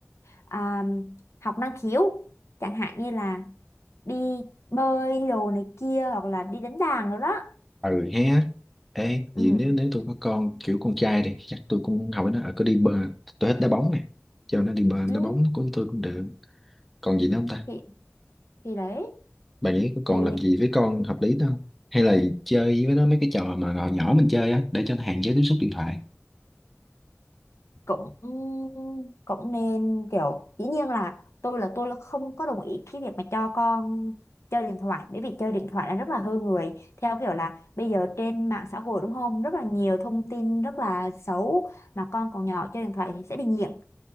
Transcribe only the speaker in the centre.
ừ hé ê
vậy nếu nếu tôi có con kiểu con trai đi chắc tôi cũng hỏi nó ở có đi bơi tôi thích đá bóng nè cho nó đi bơi
đá bóng của tôi cũng được còn gì nữa không ta
Bạn nghĩ có còn
làm gì với con hợp lý nữa không hay là chơi với nó mấy cái trò mà hồi nhỏ mình chơi á để cho nó hạn chế tiếp xúc điện thoại